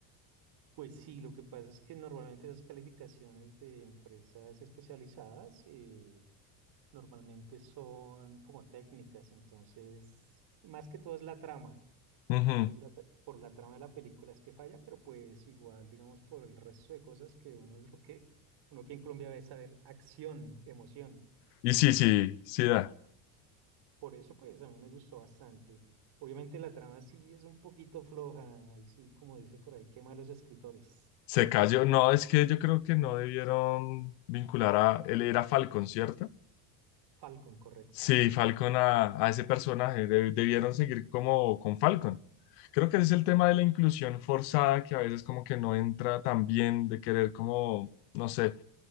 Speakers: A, on the right; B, on the left.
A: Pues sí, lo que pasa es que normalmente esas calificaciones de empresas especializadas eh, normalmente son como técnicas, entonces más que todo es la trama.
B: Ujú.
A: Entonces, la tra- por la trama de la película es que falla, pero pues igual, digamos, por el resto de cosas que uno es lo que, uno aquí en Colombia ve saber acción, emoción.
B: Y sí, sí, sí da.
A: Por eso, pues, a mí me gustó bastante. Obviamente la trama sí es un poquito floja, ahí sí, como dice por ahí, qué malos escritores.
B: Se cayó. No, es que yo creo que no debieron vincular a... Él era Falcon, ¿cierto?
A: Falcon, correcto.
B: Sí, Falcon a, a ese personaje. de- debieron seguir como con Falcon. Creo que ese es el tema de la inclusión forzada que a veces como que no entra tan bien de querer como, no sé,